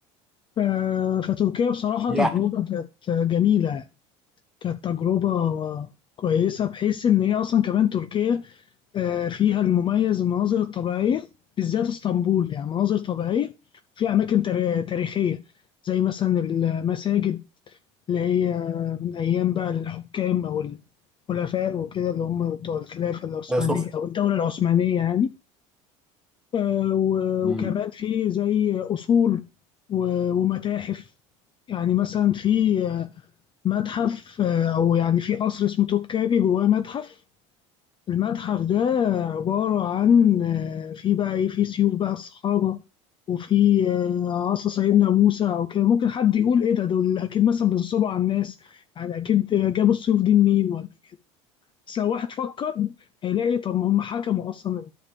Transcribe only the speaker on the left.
ف- فتركيا بصراحة
تجربة كانت جميلة يعني. كانت تجربة كويسة بحيث إن هي أصلا كمان تركيا آه، فيها المميز المناظر الطبيعية بالذات اسطنبول يعني مناظر طبيعية في أماكن تار- تاريخية زي مثلا المساجد اللي هي من أيام بقى الحكام أو الخلفاء وكده اللي هم بتوع الخلافة العثمانية
أو الدولة العثمانية يعني آه، و-
وكمان في زي أصول و- ومتاحف يعني مثلا في متحف آه، أو يعني في قصر اسمه توبكابي جواه متحف المتحف ده عبارة عن آه، في بقى إيه في سيوف بقى الصحابة وفي آه، عصا سيدنا موسى أو كده ممكن حد يقول إيه ده دول أكيد مثلا بينصبوا على الناس يعني أكيد جابوا السيوف دي منين ولا إيه؟ بس لو واحد فكر هيلاقي طب ما هم حكموا أصلا